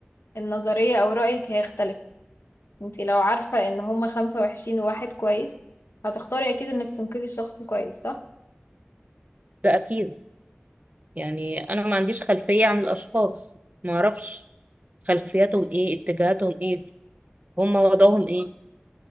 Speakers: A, on the left; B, on the right.
A: النظرية أو رأيك هيختلف انتي لو عارفة ان هما خمسة وحشين وواحد كويس هتختاري أكيد انك تنقذي الشخص الكويس صح؟
B: ده أكيد يعني أنا ما عنديش خلفية عن الأشخاص ما أعرفش خلفياتهم إيه اتجاهاتهم إيه هم وضعهم إيه